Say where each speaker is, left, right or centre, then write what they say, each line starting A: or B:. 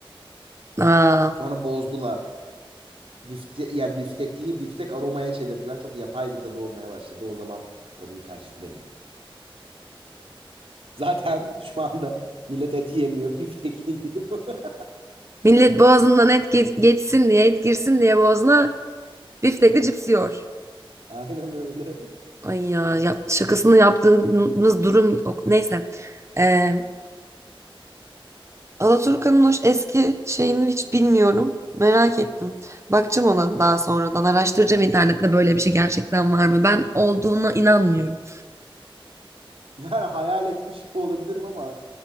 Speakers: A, on the right; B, on the right.
A: Aa,
B: Sonra bozdular. Bifte, ya biftekliyi biftek aromaya çevirdiler. Çok yapay bir tadı olmaya başladı. O zaman tadım kaçtı benim. Zaten <laughs> şu anda millet et yemiyor, biftekli yiyor. <laughs>
A: millet boğazından et ge- geçsin diye et girsin diye boğazına biftekli cips yiyor.
B: Aynen öyle. <laughs>
A: Ay ya, yap- şakasını yaptığımız durum yok. Neyse. Ee, Alaturka'nın o eski şeyini hiç bilmiyorum. Merak ettim. Bakacağım ona daha sonradan. Araştıracağım internette böyle bir şey gerçekten var mı? Ben olduğuna inanmıyorum.
B: Yani hayal etmiş de olabilirim ama